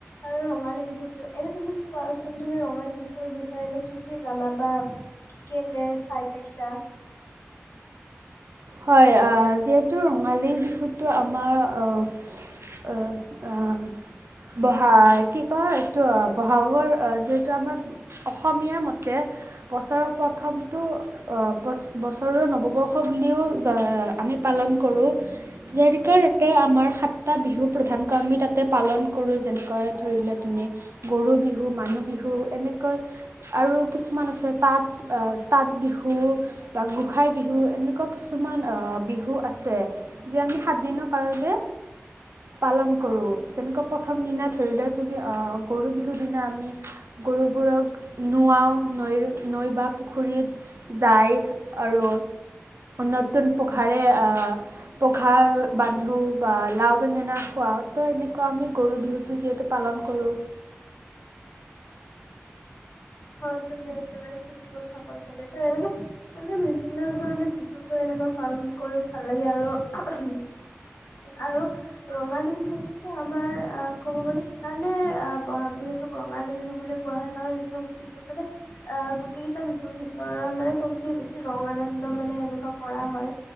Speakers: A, on the left; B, on the right.
A: আৰু ৰঙালী বিহুতটো এনে তুমি কোৱাচোন তুমি ৰঙালী বি এ্নে কি কি জানা বা কেনে চাই পাইছা,
B: হয়, আ যিহেতু ৰঙালী বিহুটো আমাৰ অ'। বহাগ কি কয় এইটো বহাগৰ যিহেতু আমাৰ অসমীয়া মতে বছৰৰ পা প্ৰথমটো অ বছৰৰে নৱবৰ্ষ বুলিও আমি পালন কৰোঁ যিহেতুকে তাতে আমাৰ সাতটা বিহু প্ৰধানকৈ আমি তাতে পালন কৰো যেনেকৈ ধৰি লোৱা তুমি গৰু বিহু মানুহ বিহু এনেকৈ, আৰু কিছুমান আছে তাঁত তাঁত বিহু বা গোসাই বিহু এনেকুৱা, কিছুমান বিহু আছে যিয় আমি সাত দিনৰ কাৰণে পালন কৰোঁ। যেনেকুৱা প্ৰথম দিনা ধৰি লোৱা তুমি আহ গৰু বিহুৰ দিনা আমি গৰুবোৰক নুৱাওঁ নৈ-নৈ বা পুখুৰীত যায় আৰু নতুন পঘাৰে পঘা বান্ধো বা লাও বেঙেনা খোৱাত। ত এনেকুৱা আমি গৰু বিহুটো যিহেতু পালন কৰোঁ
A: হয় তুমি একেবাৰে ঠিক কথা কৈছা, এনেকে মানে বিভিন্ন ধৰণে বিহুতো এনেই পালন কৰি ভাল লাগে আৰু, আৰু ৰঙালী বিহুতোতো আমাৰ অ ক'ব গ'লে, সেইকাৰণে বহাগ বিহু যিহেতু ৰঙালী বিহু বুলি কোৱা হয়। কাৰণ এইটো বিহুত মানে অ গোটেই কেইটা বিহুৰ ভিতৰত মানে চবতচে বেছি ৰং আনন্দ মানে এনেকুৱা কৰে। হয়,